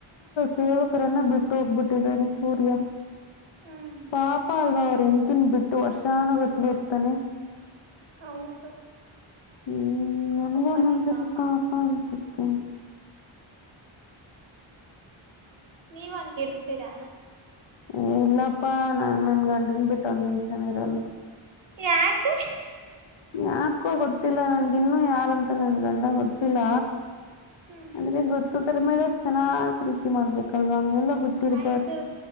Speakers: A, on the left; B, on the right.
A: ಸೇವಕರೆನ್ನ ಬಿಟ್ಟುಗ್ಬಿಟ್ಟಿದ್ದಿದ್ದಾರೆೆ ಸೂರ್ಯ
B: ಹ್ಮ್
A: ಪಾಪ ಅಲ್ವಾ ಅವರು ಹೆಂಡ್ತಿನ ಬಿಟ್ಟು ವರ್ಷಾನಗಟ್ಲೆ ಇರ್ತಾನೆ
B: ಹೌದು
A: ಹ್ಮ್ ನನ್ಗೂ
B: ತುಂಬಾನೇ
A: ಒಂದೊಂದಸರಿ
B: ಪಾಪ
A: ಪಾಪಾ ಅನ್ಸುತ್ತೆ
B: ನೀವು ಹಂಗ ಇರ್ತೀರಾ
A: ಏ ಇಲ್ಲಪ್ಪಾ ನಾ ನನ್ ಗಂಡನ್ ಬಿಟ್ಟ ಒಂದ್ ನಿಮಿಷನ ಇರಲ್ಲ
B: ಯಾಕೆ
A: ಯಾಕೋ ಗೊತ್ತಿಲ್ಲ ನನ್ಗಿನ್ನು ಯಾರಂತ ನನ್ ಗಂಡ ಗೊತ್ತಿಲ್ಲ
B: ಹ್ಮ್
A: ಅಂದ್ರೆ ಗೊತ್ತದರ ಮೇಲೆ ಚೆನ್ನಾಗ್ ಪ್ರೀತಿ ಮಾಡ್ಬೇಕಲ್ವಾ ಹಂಗೆಲ್ಲ ಬಿಟ್ಟಿರ್ಬಾರ್ದು
B: ಆಯ್ತು